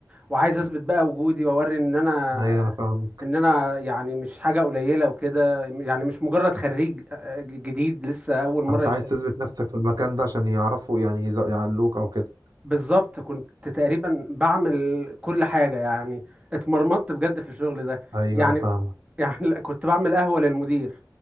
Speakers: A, on the right (about 20°); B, on the right (about 60°).
A: وعايز اثبت بقى وجودي واوري ان انا
B: ايوه انا فاهمك
A: ان انا يعني مش حاجة قليلة وكده يعني مش مجرد خريج آه، جديد لسه اول مرة
B: انت عايز تثبت نفسك في المكان ده عشان يعرفوا يعني يز- يعلوك او كده
A: بالظبط كنت تقريبا بعمل كل حاجة يعني اتمرمطت بجد في الشغل ده
B: ايوه
A: يعني
B: انا فاهمك
A: يعني <laughs> كنت بعمل قهوة للمدير